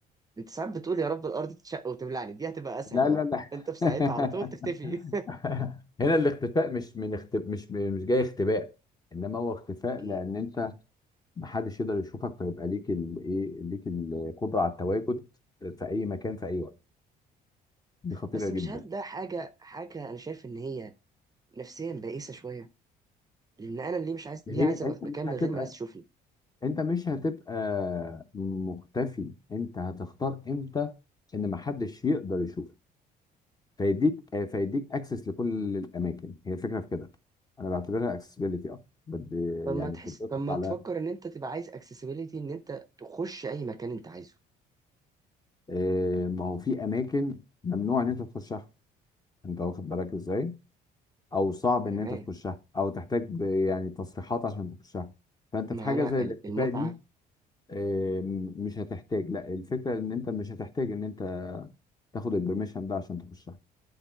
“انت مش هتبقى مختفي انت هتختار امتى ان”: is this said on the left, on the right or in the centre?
Left